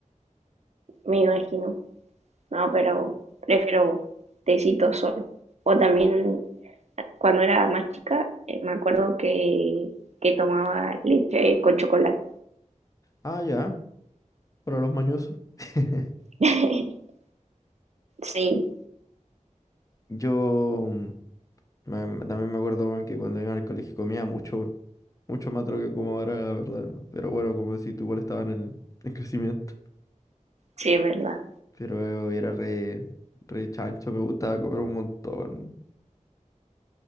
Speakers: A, on the right; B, on the left.
A: me imagino. No, pero prefiero tecito solo. O también cuando era más chica, eh, me acuerdo que, que tomaba leche con chocolate.
B: Ah, ya, para los mañosos. <laughs>
A: <laughs> Sí,
B: Yo mm, me- me- también me acuerdo, weón, que cuando iba al colegio comía mucho, weón. mucho más de lo que como ahora, la verdad. Pero bueno, como decís, tú igual estaba en el en crecimiento.
A: sí, es verdad.
B: Pero era re, re chancho, me gustaba comer un montón.